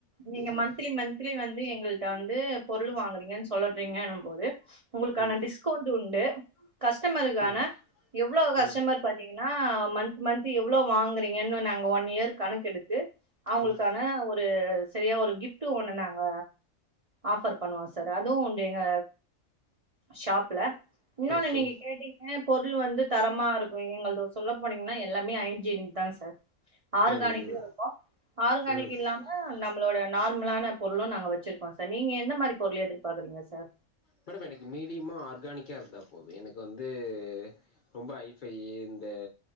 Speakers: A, on the right; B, on the left.
A: நீங்க
B: ம்
A: மன்த்லி மன்த்லி வந்து எங்கள்ட்ட வந்து பொருள் வாங்கறீங்கன் சொ சொல்லறீங்கன்னும்போது உங்களுக்கான
B: ம்
A: டிஸ்கவுண்ட் உண்டு கஸ்டமருக்கான
B: ம்
A: எவ்ளோ கஸ்டமர்
B: ம்
A: பாத்தீங்கன்னா மன்த் மன்த் எவ்ளோ வாங்கறீங்கன்னு நாங்க ஒன் இயர் கணக்கெடுத்து அவுங்களுக்கான
B: ம்
A: ஒரு சரியா ஒரு கிஃப்ட்டு ஒண்ணு நாங்க ஆஃபர் பண்ணுவோ சார் அதுவு உண்டு எங்க ஷாப்ல இன்னொன்னு
B: ஓகே
A: நீங்க கேட்டீங்க பொருள் வந்து தரமா இருக்கு எங்கள்து சொல்ல போனீங்னா எல்லாமே ஹைஜீனிக்தாங் சார் ஆர்கானிக்லயு
B: ம்
A: இருக்கு ஆர்கானிக்
B: ம் ம்
A: இல்லாம நம்மளோட நார்மலான பொருளு நாங்க வெச்சிரு சார் நீங்க எந்த மாரி பொருள் எதிர்பாக்கறீங்க சார்
B: மேடம் எனக்கு மீடியமா ஆர்கானிக்காக இருந்தா போது எனக்கு வந்து ரொம்ப ஹஃவை இந்த